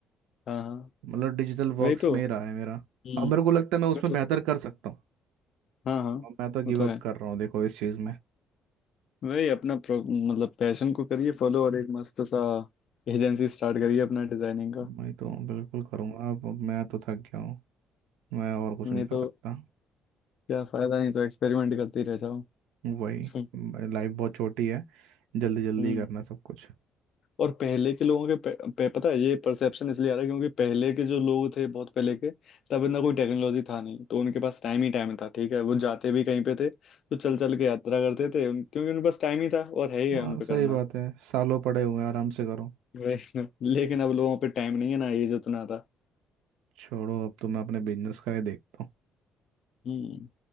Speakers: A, on the left; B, on the right.
A: हाँ हाँ
B: मतलब डिजिटल
A: वही
B: वर्क्स
A: तो
B: में ही रहा है मेरा
A: हम्म
B: अब मेरे को लगता है मैं उसमें
A: वो तो
B: बेहतर कर सकता हूँ
A: हाँ हाँ
B: अब मैं तो गिव
A: वो तो
B: अप
A: है
B: कर रहा हूँ देखो इस चीज़ में
A: वही अपना pro- मतलब पैशन को करिए फॉलो और एक मस्त सा एजेंसी स्टार्ट करिए अपना डिजाइनिंग का
B: मैं तो बिल्कुल करूँगा अब मैं तो थक गया हूँ मैं और कुछ
A: नहीं
B: नहीं कर
A: तो
B: सकता
A: क्या फायदा नहीं तो एक्सपेरिमेंट करते ही रह जाओ
B: वही
A: सम-
B: लाइफ बहुत छोटी है जल्दी जल्दी
A: हम्म
B: करना सब कुछ
A: और पहले के लोगों के पे, पे, पता है ये परसेप्शन इसलिए आ रहा है क्योंकि पहले के जो लोग थे बहुत पहले के तब इतना कोई टेक्नोलॉजी था नहीं तो उनके पास टाइम ही टाइम था ठीक है वो जाते भी कहीं पे थे तो चल चल के यात्रा करते थे उन, क्योंकि उनके पास टाइम ही था और है ही है
B: हाँ
A: उन पे
B: सही
A: करना
B: बात है सालों पड़े हुए हैं आराम से करो
A: वही ना। <laughs> लेकिन अब लोगों पे टाइम नहीं है ना एज उतना था
B: छोड़ो अब तो मैं अपने बिजनेस का ही देखता हूँ
A: हम्म